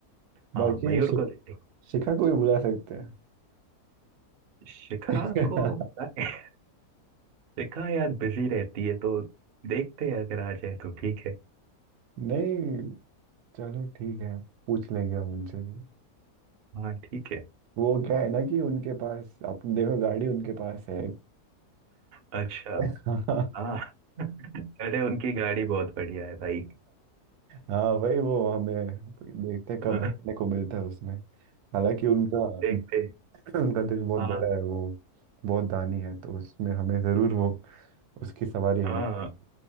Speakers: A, on the right; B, on the right.
A: बाकी
B: हाँ मयूर
A: शि,
B: को लेते हैं।
A: शिखा को भी बुला सकते हैं
B: शिखा
A: <laughs>
B: को बुलाएं। <laughs> शिखा यार बिजी रहती है तो देखते हैं अगर आ जाए तो ठीक है
A: नहीं चलो ठीक है पूछ लेंगे हम उनसे भी
B: हाँ ठीक है
A: वो क्या है ना कि उनके पास आपने देखो गाड़ी उनके पास है
B: अच्छा
A: <laughs> हाँ
B: हाँ <laughs> अरे उनकी गाड़ी बहुत बढ़िया है भाई
A: हाँ, वही वो हमें देखते हैं कब
B: अह,
A: बैठने को मिलता है उसमें हालांकि उनका <clears throat>
B: देखते
A: उनका दिल बहुत
B: हाँ
A: बड़ा है वो बहुत दानी है तो उसमें हमें जरूर वो उसकी सवारी हमें
B: हाँ
A: करेंगे